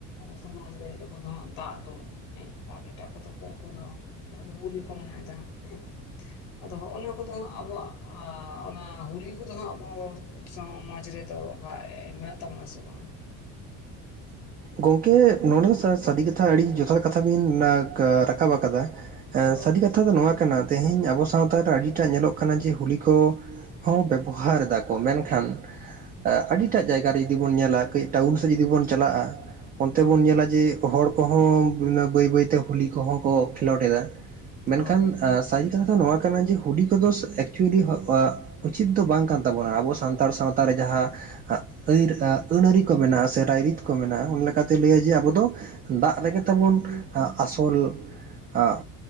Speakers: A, on the left; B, on the right.
A: ᱥᱚᱢᱟᱡ ᱨᱮ ᱟᱵᱚ ᱫᱚ ᱫᱟᱜ ᱫᱩᱞᱼᱼ ᱦᱮᱸ ᱟᱨ ᱮᱴᱟᱜ ᱠᱚᱫᱚ ᱠᱚᱢ ᱠᱚ ᱫᱚ ᱡᱟᱦᱟᱸ ᱫᱚ ᱦᱩᱞᱤ ᱠᱚ ᱢᱟᱱᱟᱣᱭᱮᱫᱟ ᱦᱟᱸᱜ ᱦᱮᱸᱼᱼ ᱟᱫᱚ ᱦᱚᱸᱜᱼᱚᱱᱟ ᱠᱚᱫᱚ ᱦᱟᱸᱜ ᱟᱵᱚᱣᱟᱜ ᱟ ᱚᱱᱟ ᱦᱩᱞᱤ ᱠᱚᱼᱼ ᱟᱫᱚ ᱦᱟᱸᱜ ᱟᱵᱚ ᱥᱚᱢᱟᱡᱽ ᱨᱮᱫᱚ ᱦᱟᱭ ᱢᱮᱱᱟᱜ ᱛᱟᱵᱚᱱᱟ ᱥᱮ ᱵᱟᱝ?
B: ᱜᱚᱝᱠᱮ ᱱᱚᱸᱰᱮ ᱫᱚ ᱥᱟ ᱥᱟᱫᱷᱤ ᱠᱟᱛᱷᱟ ᱟᱹᱲᱤ ᱡᱚᱛᱷᱟᱛ ᱠᱟᱛᱷᱟ ᱵᱤᱱ ᱠᱟ ᱨᱟᱠᱟᱵ ᱠᱟᱫᱟ᱾ ᱮᱸ
A: ᱦᱳᱭ
B: ᱥᱟᱹᱨᱤ ᱠᱟᱛᱷᱟ ᱫᱚ ᱱᱚᱣᱟ ᱠᱟᱱᱟ ᱛᱮᱦᱮᱧ ᱟᱵᱚ ᱥᱟᱶᱛᱟ ᱨᱮ ᱟᱹᱰᱤᱴᱟᱜ ᱧᱮᱞᱚᱜ ᱠᱟᱱᱟ ᱡᱮ ᱦᱩᱞᱤ ᱠᱚᱼᱼ ᱦᱚᱸ ᱵᱮᱵᱚᱦᱟᱨ ᱫᱟᱠᱚ ᱢᱮᱱ ᱠᱷᱟᱱ ᱟᱹᱰᱤᱴᱟᱜ ᱡᱟᱭᱜᱟ ᱨᱮ ᱡᱩᱫᱤ ᱵᱚᱱ ᱧᱮᱞᱟ ᱠᱟᱹᱡ ᱴᱟᱣᱩᱱ ᱥᱮᱫ ᱡᱩᱫᱤ ᱵᱚᱱ ᱪᱟᱞᱟᱜᱼᱟ ᱚᱱᱛᱮ
A: ᱦᱳᱭ
B: ᱵᱚᱱ ᱧᱮᱞᱟ ᱡᱮᱼᱼ ᱦᱚᱲ ᱠᱚᱦᱚᱸ ᱵᱟᱹᱭ ᱵᱟᱹᱭ ᱛᱮ ᱦᱩᱞᱤ ᱠᱚᱦᱚᱸ ᱠᱚ ᱠᱷᱮᱞᱳᱰ ᱮᱫᱟ ᱢᱮᱱᱠᱷᱟᱱ
A: ᱦᱳᱭ ᱦᱳᱭ
B: ᱥᱟᱹᱡᱤ ᱛᱷᱟ ᱠᱚᱫᱚ ᱱᱚᱣᱟ ᱠᱟᱱᱟ ᱡᱮ ᱦᱩᱰᱤ ᱠᱚᱫᱚ ᱮᱠᱪᱩᱭᱮᱞᱤ ᱦᱚᱜ ᱚᱼᱼ ᱩᱪᱤᱛ ᱫᱚ ᱵᱟᱝ ᱠᱟᱱ ᱛᱟᱵᱚᱱᱟ ᱟᱵᱚ ᱥᱟᱱᱛᱟᱲ ᱥᱟᱶᱛᱟ ᱨᱮ ᱡᱟᱦᱟᱸ ᱟᱹᱨ ᱟᱹᱱ ᱟᱹᱨᱤ ᱠᱚ ᱢᱮᱱᱟᱜᱼᱟ ᱥᱮ, ᱨᱟᱭ ᱨᱤᱛ ᱠᱚ ᱢᱮᱱᱟᱜᱼᱟ᱾ ᱚᱱ ᱞᱮᱠᱟᱛᱮ ᱞᱟᱹᱭᱟ ᱡᱮ ᱟᱵᱚ ᱫᱚ ᱫᱟᱜ ᱨᱮᱜᱮ ᱛᱟᱵᱚᱱ ᱟᱥᱚᱞᱼᱼ ᱟᱜ